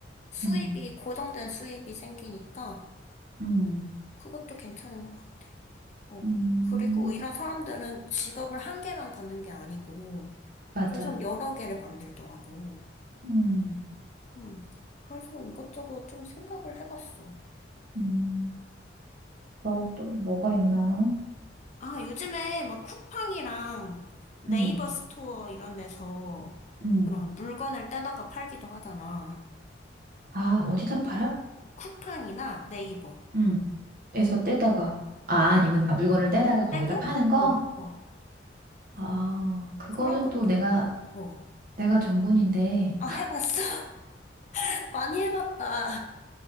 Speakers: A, on the left (about 40°); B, on the right (about 50°).
A: 수입이
B: 음,
A: 고정된 수입이 생기니까
B: 음,
A: 어, 그것도 괜찮은 것 같아. 어.
B: 음,
A: 그리고 이런 사람들은 직업을 한 개만 갖는 게 아니고
B: 맞아.
A: 계속 여러 개를 만들더라고.
B: 음,
A: 음. 그래서 이것저것 좀 생각을 해봤어.
B: 음, 그리고 또 뭐가 있나?
A: 아, 요즘에 막 쿠팡이랑 네이버
B: 음,
A: 스토어 이런 데서
B: 음,
A: 그런 물건을 떼다가 팔기도 하잖아.
B: 아, 어디다 팔아?
A: 쿠팡이나 네이버.
B: 음. 에서 떼다가. 아, 아니면 아, 물건을 떼다가 거기다
A: 떼고,
B: 파는 거?
A: 어, 어.
B: 아, 그거는
A: 그런 것도,
B: 또 내가
A: 많- 뭐.
B: 내가 전문인데
A: 아, 해봤어? <laughs> 많이 해봤다.